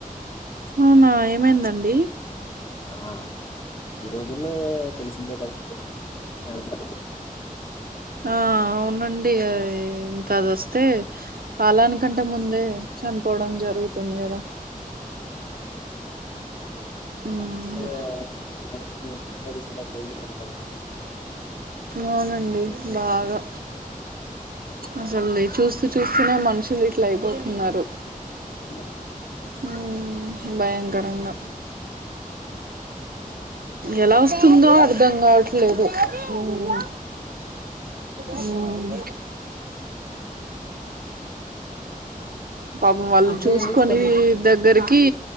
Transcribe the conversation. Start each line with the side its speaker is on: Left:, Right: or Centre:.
Right: అవునా ఏమైందండి.
Left: ఆ ఈ రోజుల్లో తెలిసిందే కదాఅండి కాన్సర్.
Right: ఆ అవునండి ఇంకా అదోస్తే. కాలానికంటే ముందే చనిపోవడం జరుగుతుంది కదా. మ్మ్
Left: కాన్సర్ ఆ మనిషిని ఉగదీసేదాకా వదిలి పెట్టడండి.
Right: అవునండి. బాగా అసలే చూస్తూ చూస్తూనే మనుషు. లు ఇట్లా అయిపోతున్నారు.
Left: స
Right: మ్మ్ భయంకరంగా ఎలా వస్తుందో అర్థం గావట్లేదు ఉమ్ ఉమ్ పాపం వాళ్ళు
Left: అంటే
Right: చూసుకొని
Left: అండి కొన్ని
Right: దగ్గరికి